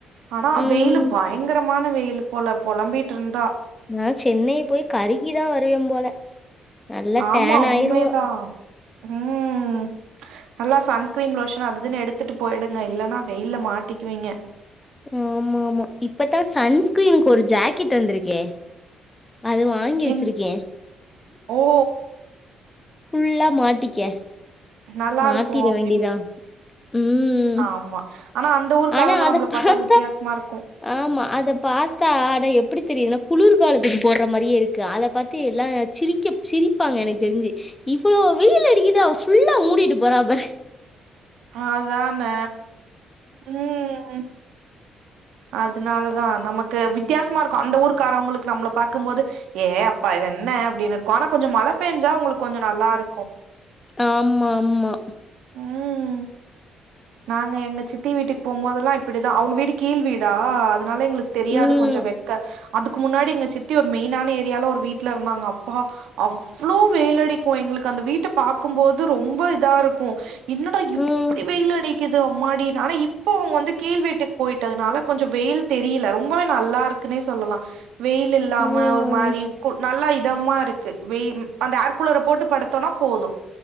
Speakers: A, on the right; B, on the left.
A: ஆனா
B: ம்
A: வெயிலு பயங்கரமான வெயிலு போல பொழம்பிட்ருந்தா
B: நா சென்னை போயி கருகிதா வருவே போல நல்லா
A: ஆமா
B: டேன்
A: உண்மேதா
B: ஆயிருவோம்.
A: ம் நல்லா சன்ஸ்கிரீன் லோஷன் அது இதுன்னு எடுத்துட்டு போயிடுங்க இல்லன்னா வெயில மாட்டிக்குவீங்க
B: ஆமாமா இப்பதா சன்ஸ்கிரீனுக்கு ஒரு ஜாக்கெட் வந்துருக்கே அது வாங்கி வச்சுருக்கே
A: என் ஓ
B: ஃபுல்லா மாட்டிக்க
A: நல்லாருக்கு
B: மாட்டிற
A: அப்டி
B: வேண்டியதான். ம்.
A: ஆமா ஆனா அந்த ஊருக்காரங்க
B: ஆனா அத
A: நம்மள
B: பார்த்தா
A: பாத்தா வித்தியாசமாருக்கு
B: ஆமா அத பாத்தா அடா எப்டி தெரியுதுனா குளிர்காலத்துக்கு போட்ற மாதிரியே இருக்கு அத பாத்து எல்லா சிரிக்க சிரிப்பாங்க எனக்கு தெரிஞ்சு இவ்வளோ வெயில் அடிக்குது அவ ஃபுல்லா மூடிட்டு போரா பாரு
A: அதானே ம் அதுனாலதா நமக்கு வித்தியாசமா இருக்கு அந்த ஊருக்காரங்களுக்கு நம்மள பாக்கும் போது ஏ அப்பா இது என்ன அப்டின்னு இருக்கு ஆனா கொஞ்ச மழ பெஞ்சா உங்களுக்கு கொஞ்ச நல்லா இருக்கு
B: ஆமா ஆமா
A: ம் நாங்க எங்க சித்தி வீட்டுக்கு போகும்போதெல்லா இப்டிதா அவங்க வீடு கீழ் வீடா அதனால எங்ளுக்கு தெரியாது
B: ம்.
A: கொஞ்சோ வெக்க அதுக்கு முன்னாடி எங்க சித்தி ஒரு மெயினான ஏரியால ஒரு வீட்ல இருந்தாங்க அப்பா அவ்ளோ வெயிலடிக்கு எங்களுக்கு அந்த வீட்ட பாக்கும்போது ரொம்ப இதா இருக்கு என்னடா
B: ம்
A: இப் இப்புடி வெயிலடிக்குது அம்மாடி ஆனா இப்போ அவுங்க வந்து கீழ்வீட்டுக்கு போயிட்டதுனால கொஞ்சோ வெயில் தெரியில ரொம்ப நல்லாருக்குன்னே சொல்லலா வெயில் இல்லாம
B: ம் ம்
A: ஒரு மாரி கு நல்லா இதமா இருக்கு வெ வெயில் அந்த ஏர்கூலர போட்டு படுத்தோனா போது